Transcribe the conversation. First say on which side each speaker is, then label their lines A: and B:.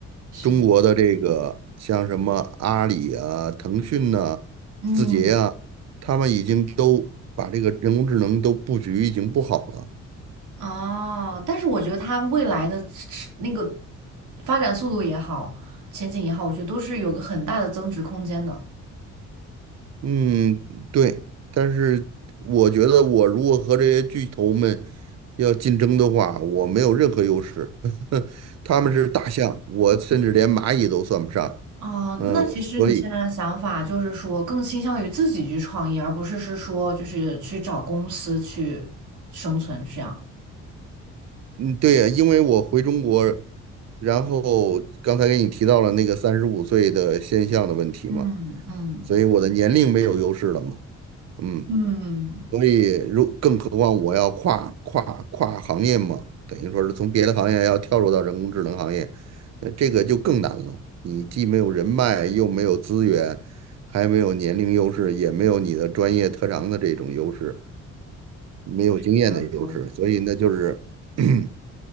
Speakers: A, on the right; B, on the right.
A: 是的，
B: 中国的这个像什么阿里啊、腾讯呐、
A: 嗯，
B: 字节呀，他们已经都把这个人工智能都布局已经布好了。
A: 哦，但是我觉得它未来的那个发展速度也好，前景也好，我觉得都是有个很大的增值空间的。
B: 嗯，对，但是我觉得我如果和这些巨头们要竞争的话，我没有任何优势。<laughs> 他们是大象，
A: 啊。
B: 我甚至连蚂蚁都算不上。
A: 哦，
B: 嗯，
A: 那其实你现在的想法就是说，
B: 所以。
A: 更倾向于自己去创业，而不是是说就是去找公司去生存这样。
B: 嗯，对呀，因为我回中国，然后刚才给你提到了那个三十五岁的现象的问题嘛，
A: 嗯嗯
B: 所以我的年龄没有优势了嘛，嗯，
A: 嗯，
B: 所以如更何况我要跨跨跨行业嘛，等于说是从别的行业要跳入到人工智能行业，那这个就更难了。你既没有人脉，又没有资源，还没有年龄优势，也没有你的专业特长的这种优势，没有经验的优势，
A: 这个说
B: 所以那就是。<clears throat>